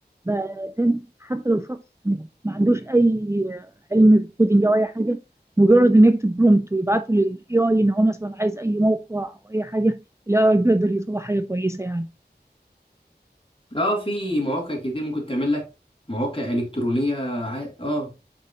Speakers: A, on the right; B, on the left.
A: بقى فاهم حتى لو شخص ما ما عندوش اي آه، علم بالكودينج او اي حاجه مجرد ان يكتب برومبت ويبعته للاي اي ان هو مثلا عايز اي موقع او اي حاجه الاي اي بيقدر يطلع حاجه كويسه يعني
B: اه في مواقع كتير ممكن تعمل لك مواقع إلكترونية ع- اه